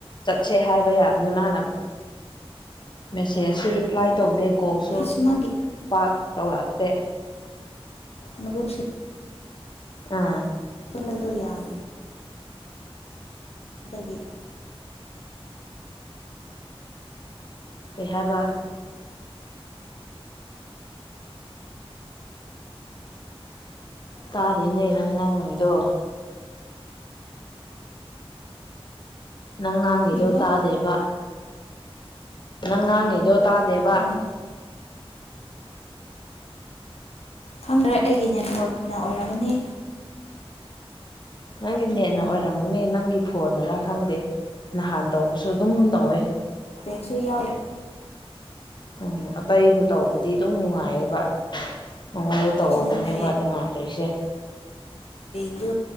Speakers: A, on the left (about 50°); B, on the left (about 85°).
A: ꯁꯦ ꯍꯥꯏꯕ ꯌꯥꯕꯅꯤ ꯃꯥꯅꯁ ꯃꯦꯁꯦꯁꯁꯨ ꯔꯤꯄ꯭ꯂꯥꯏ ꯇꯧꯗꯦ ꯀꯣꯜꯁꯨ
B: ꯑꯁ ꯃꯥꯒꯤ
A: ꯄꯥꯛ ꯇꯧꯔꯛꯇꯦ
B: ꯃꯨꯞ ꯁꯤ
A: ꯑꯥ
B: ꯔꯗ ꯌꯥꯝ ꯑꯗꯒꯤ
A: ꯀꯩ ꯍꯥꯏꯕ ꯇꯥꯗꯤꯅꯦ ꯅꯪ ꯉꯥꯡꯏꯗꯣ ꯅꯪ ꯉꯥꯡꯏꯗꯣ
B: ꯀꯔꯤꯕ
A: ꯇꯥꯗꯦꯕ ꯅꯪ ꯉꯥꯡꯉꯤꯗꯣ ꯇꯥꯗꯦꯕ
B: ꯑꯥ ꯈꯪꯗ꯭ꯔꯦ ꯑꯩꯒꯤ ꯅꯦꯠꯋꯥꯛꯛꯅ ꯑꯣꯏꯔꯝꯒꯅꯤ
A: ꯅꯪꯒꯤ ꯅꯦꯠꯅ ꯑꯣꯏꯔꯝꯒꯅꯤ ꯅꯪꯒꯤ ꯐꯣꯟꯅꯔ ꯈꯪꯗꯦ ꯅꯍꯥꯟ ꯇꯧꯕꯁꯨ ꯑꯗꯨꯝ ꯇꯧꯋꯦ
B: ꯅꯦꯠꯁꯨ ꯌꯥꯎꯏ
A: ꯎꯝ ꯑꯇꯩꯕꯨ ꯇꯧꯕꯗꯤ ꯑꯗꯨꯝ ꯅꯨꯡꯉꯥꯏꯌꯦꯕ ꯃꯉꯣꯟꯗ ꯇꯧꯔꯗꯅꯦꯕ
B: ꯅꯦꯠꯄꯦꯛ
A: ꯅꯨꯡꯉꯥꯏꯇꯣꯏꯁꯦ
B: ꯑꯗꯨ